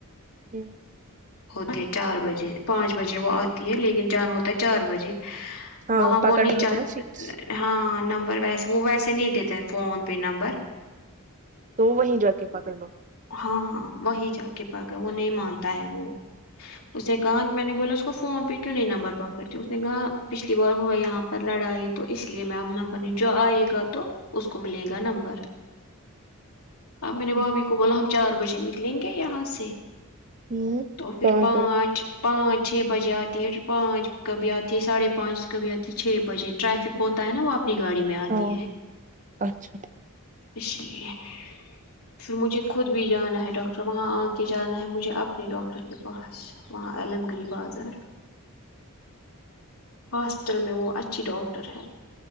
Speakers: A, on the right; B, on the left.
A: <inaudible>
B: ہوتی چار بجے پانچ بجے وہ آتی ہے لیکن جانا ہوتا ہے چار بجے
A: ہاں
B: وہاں
A: پکڑنے
B: وہ نہیں
A: ہوتے
B: چل
A: ہیں سیٹس
B: ہاں نمبر ویس وہ ویسے نہیں دیتے فون پہ نمبر
A: تو وہیں جا کے پاکڑ لو
B: ہاں ہاں وہی جا کے پا کڑلےوہ نہیں مانتا ہے وہ اس نے کہا میں نے بولا اس کو فون پہ کیوں نہیں نمبر پا کرتے اس نے کہا پچھلی بار ہوا یہاں لڑائی تو اس لیے میم نمبر نہیں جو آئے گا تو اس کو ملے گا نمبر آں میں نے بھابھی
A: اچھا
B: کو بولا ہم چار بجے نکلیں گے یہاں سے
A: ہوں
B: تو پھر پانچ
A: منٹ
B: پانچ چھ بجے آتی ہے پانچ کبھی آتی ہے ساڑھے پانچ کبھی آتی ہے چھ بجے ٹریفک ہوتا ہے نا وہ آ اپنی گاڑی میں آتی
A: ہاں
B: ہے
A: اچھا
B: اس لیے پھر مجھے خود بھی جانا ہے ڈاکٹر وہاں آ کے جانا ہے مجھے اپنے ڈاکٹر کے پاس وہاں علم گری بازار ہاسپٹل میں وہ اچھی ڈاکٹر ہے